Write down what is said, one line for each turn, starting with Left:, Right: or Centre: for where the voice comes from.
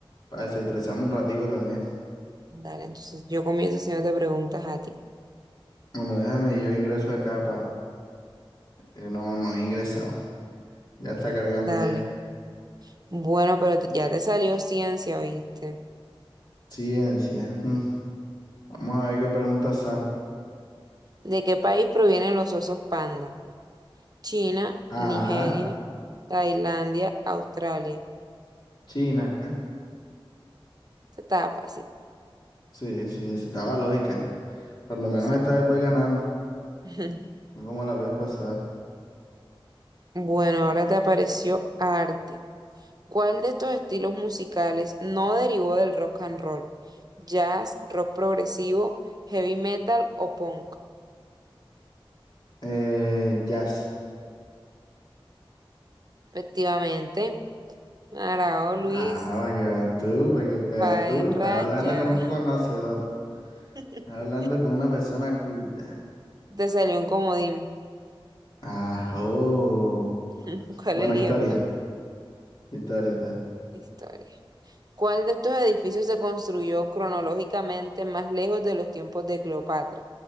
Left: desestresarme un ratico también.
Right: Dale, entonces yo comienzo haciéndote preguntas a ti.
Left: Bueno, déjame, yo ingreso acá para... no, no he ingresado. Ya está cargando
Right: Dale.
Left: ya.
Right: Bueno, pero te- ya te salió ciencia, ¿viste?
Left: Ciencia. mm. Vamos a ver qué preguntas salen.
Right: ¿De qué país provienen los osos panda? China,
Left: Ah,
Right: Nigeria, Tailandia, Australia.
Left: China.
Right: Esta Estaba fácil,
Left: Sí, sí, estaba lógica. Por lo menos
Right: sí.
Left: esta vez voy ganando,
Right: <laughs>
Left: no como la vez pasada.
Right: Bueno, ahora te apareció arte. ¿Cuál de estos estilos musicales no derivó del rock and roll? ¿Jazz, rock progresivo, heavy metal o punk?
Left: Eh, jazz.
Right: Efectivamente, Arao Luis
Left: Ah, para que veas tú, para que veas
Right: va
Left: tú.
Right: en raya.
Left: Estás hablando con un conocedor.
Right: <laughs>
Left: Estás hablando con una persona culta.
Right: Te salió un comodín.
Left: Ah, oh.
Right: <laughs> ¿Cuál
Left: Bueno,
Right: eliges,
Left: historia.
Right: pues?
Left: Historia, historia.
Right: Historia. ¿Cuál de estos edificios se construyó cronológicamente más lejos de los tiempos de Cleopatra?